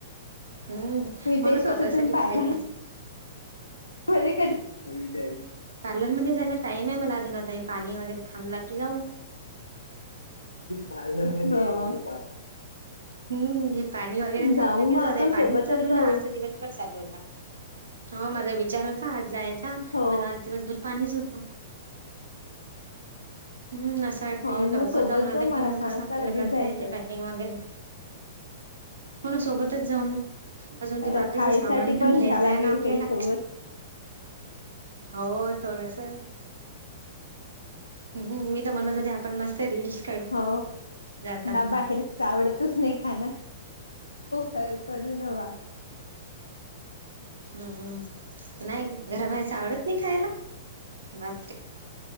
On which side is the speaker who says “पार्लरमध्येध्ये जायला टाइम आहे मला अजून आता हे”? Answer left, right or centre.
Right